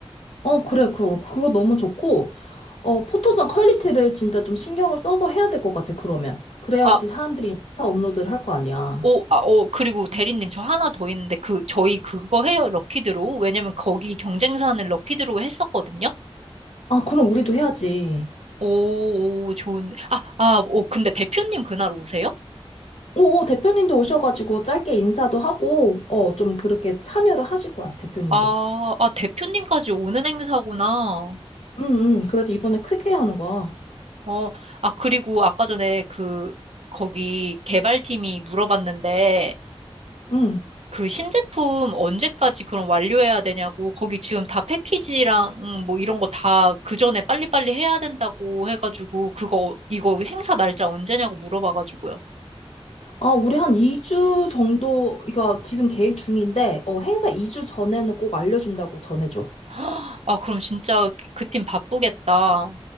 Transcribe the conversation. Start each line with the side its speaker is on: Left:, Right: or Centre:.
Left: 어, 그래, 그거, 그거 너무 좋고, 어, 포토존 퀄리티를 진짜 좀 신경을 써서 해야 될 것 같아, 그러면. 그래야지
Right: 아,
Left: 사람들이 인스타 업로드를 할 거 아니야.
Right: 오, 아, 오, 그리고 대리님 저 하나 더 있는데 그 저희 그거 해요 럭키드로우 왜냐면 거기 경쟁사는 럭키드로우 했었거든요.
Left: 아, 그럼 우리도 해야지.
Right: 오, 오 좋은. 아, 아, 오 근데 대표님 그날 오세요?
Left: 오, 오, 대표님도 오셔가지고 짧게 인사도 하고, 어, 좀 그렇게 참여를 하실 거야, 대표님도.
Right: 아, 아 대표님까지 오는 행사구나.
Left: 응, 응. 그래서 이번에 크게 하는 거야.
Right: 어, 아 그리고 아까 전에 그 거기 개발팀이 물어봤는데
Left: 응.
Right: 그 신제품 언제까지 그럼 완료해야 되냐고, 거기 지금 다 패키지랑 음, 뭐 이런 거 다 그 전에 빨리빨리 해야 된다고 해가지고, 그거, 어, 이거 행사 날짜 언제냐고 물어봐가지고요.
Left: 아, 우리 한 2주 정도, 이거 지금 계획 중인데, 어, 행사 2주 전에는 꼭 알려준다고 전해줘.
Right: <gasps> 아, 그럼 진짜 그 팀 바쁘겠다.